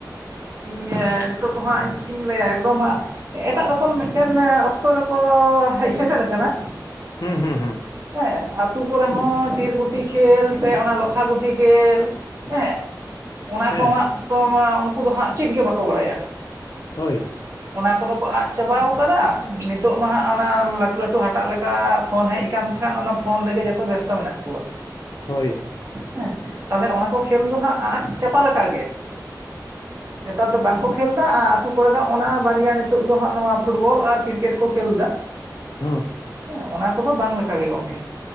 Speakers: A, on the right; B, on the left.
A: ᱮᱸᱜ ᱧᱮᱸᱜᱻ ᱱᱤᱛᱳᱜ ᱛᱚ ᱦᱟᱸᱜ ᱤᱧ ᱪᱤᱧ ᱞᱟᱹᱭᱟ ᱮᱠᱫᱚᱢ ᱦᱟᱸᱜ ᱮᱴᱟᱜ ᱨᱚᱠᱚᱢ ᱢᱮᱫᱴᱮᱱ ᱢᱮ ᱚᱠᱛᱚ ᱨᱮᱠᱚ ᱦᱮᱡ ᱥᱮᱴᱮᱨ ᱟᱠᱟᱱᱟ
B: ᱦᱩᱸ ᱦᱩᱸ ᱦᱩᱸ
A: ᱦᱮᱸ ᱟᱹᱛᱩ ᱠᱚᱨᱮ ᱦᱚᱸ ᱴᱤᱨ ᱜᱩᱴᱤ ᱠᱷᱮᱞ ᱥᱮ ᱚᱱᱟ ᱞᱚᱠᱷᱟ ᱜᱩᱴᱤ ᱠᱷᱮᱞ ᱦᱮᱸ ᱚᱱᱟ
B: ᱦᱮᱸ
A: ᱠᱚ ᱦᱟᱸᱜ ᱛᱚ ᱢᱟ ᱩᱱᱠᱩ ᱫᱚ ᱦᱟᱸᱜ ᱪᱤᱫ ᱜᱮ ᱵᱟᱠᱚ ᱵᱟᱲᱟᱭᱟ᱾
B: ᱦᱳᱭ᱾
A: ᱚᱱᱟ ᱠᱚᱫᱚ ᱠᱚ ᱟᱫ ᱪᱟᱵᱟᱣ ᱠᱟᱫᱟ ᱱᱤᱛᱳᱜ ᱢᱟ ᱦᱟᱸᱜ ᱚᱱᱟ ᱞᱟᱴᱩ ᱞᱟᱴᱩ ᱦᱟᱴᱟᱜ ᱞᱮᱠᱟ ᱯᱷᱳᱱ ᱦᱮᱡ ᱠᱟᱱ ᱛᱮᱦᱮᱱ ᱚᱱᱟ ᱚᱱᱟ ᱯᱷᱳᱱ ᱨᱮ ᱜᱮ ᱡᱚᱛᱚ ᱵᱮᱥᱛᱚ ᱢᱮᱱᱟᱜ ᱠᱩᱣᱟᱜ
B: ᱦᱳᱭ᱾
A: ᱦᱮᱸ ᱛᱟᱦᱞᱮ ᱚᱱᱟ ᱠᱚ ᱠᱷᱮᱞ ᱫᱚ ᱦᱟᱸᱜ ᱟᱫ ᱪᱟᱯᱟ ᱞᱮᱠᱟ ᱜᱮ᱾ ᱱᱮᱛᱟᱨ ᱫᱚ ᱵᱟᱝ ᱠᱚ ᱠᱷᱮᱞ ᱫᱟ ᱟᱸ ᱟᱛᱩ ᱠᱚ ᱨᱮ ᱫᱚ ᱚᱱᱟ ᱵᱟᱨᱭᱟ ᱱᱤᱛᱳᱜ ᱫᱚ ᱦᱟᱸᱜ ᱱᱚᱣᱟ ᱯᱷᱩᱴᱵᱚᱞ ᱟᱨ ᱠᱨᱤᱠᱮᱴ ᱠᱚ ᱠᱷᱮᱞ ᱫᱟ
B: ᱦᱩᱸ
A: ᱦᱮᱸ ᱚᱱᱟ ᱠᱚᱫᱚ ᱵᱟᱝ ᱞᱮᱠᱟ ᱜᱮ ᱜᱚᱝᱠᱮ